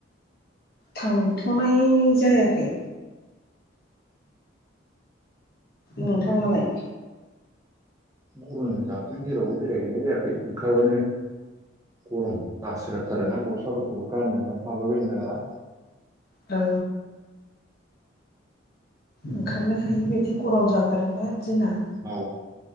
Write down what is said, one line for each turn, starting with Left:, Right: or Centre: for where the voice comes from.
Left: थांथ'नाय जायाखै। नोंथाङालाय?
Right: गरमजों जाबजों जेरावबो बेरायहैनाय जायाखै ओंखारबानो गरम बासोगारथारोना गस्लाफोरखौबो गाननोनो हाबाय बायनो नागिरा।
Left: औ ओंखारनो हायिबायदि गरम जाखादोंना दिना
Right: औ